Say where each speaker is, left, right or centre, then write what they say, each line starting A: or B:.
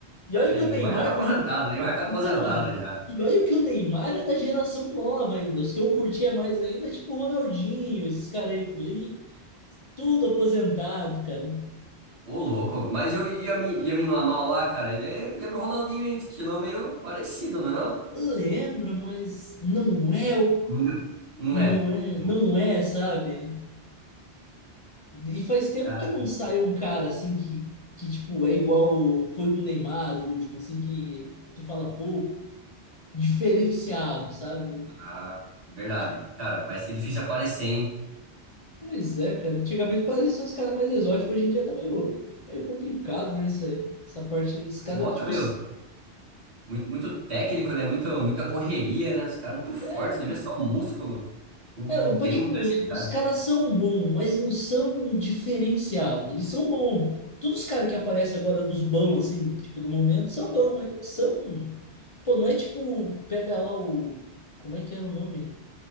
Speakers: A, on the left; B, on the right.
A: E olha
B: Ne-
A: que o
B: Neymar
A: Neymar,
B: já tá aposentado,
A: o- e o-
B: Neymar tá aposentado
A: então,
B: já.
A: e olha que o Neymar é da geração nova ainda, os que eu curtia mais ainda, tipo o Ronaldinho, esses caras aí, pô, e- tudo aposentado, cara.
B: Ô, louco. Mas eu, e a mim, e a mim Lamal lá, cara, ele é- lembra o Ronaldinho, hein? Estilão meio parecido, não é não?
A: Lembra, mas não é o.
B: Não deu- não
A: Não
B: é.
A: é,
B: Hum,
A: não é, sabe? E faz tempo
B: Cara,
A: que não sai um cara assim que, que tipo, é igual foi com o Neymar, o último, assim, que tu fala, pô, diferenciado, sabe?
B: ah, verdade.
A: Tipo,
B: Cara, vai ser difícil aparecer, hein?
A: pois é, cara. Antigamente parecia uns caras mais exóticos, hoje em dia tá meio, tá meio complicado, né? Essa, essa parte aí. Os
B: Futebol
A: caras,
B: tá
A: tipo,
B: meio muito, muito técnico, né? Muito, muita correria, né? Os caras muito fortes,
A: é,
B: você vê só músculo. Não, não
A: É, o-
B: tem
A: tipo,
B: muita
A: os,
B: agilidade.
A: os caras são bons, mas não são diferenciados. Eles são bons. Todos os caras que aparecem agora dos bons, assim, tipo, do momento, são bons, mas não são. Pô, não é tipo, pega lá o. Como é que era o nome?